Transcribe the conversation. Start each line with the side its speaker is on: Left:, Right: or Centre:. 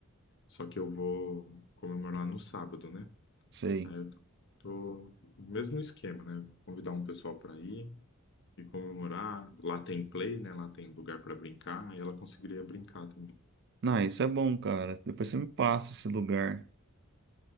Left: Só que eu vou comemorar no sábado, né?
Right: Sei.
Left: Aí eu tô, tô no mesmo esquema, né? Convidar um pessoal para ir e comemorar. Lá tem play, né? Lá tem lugar para brincar. Aí ela conseguiria brincar também.
Right: Ah, isso é bom, cara. Depois você me passa esse lugar.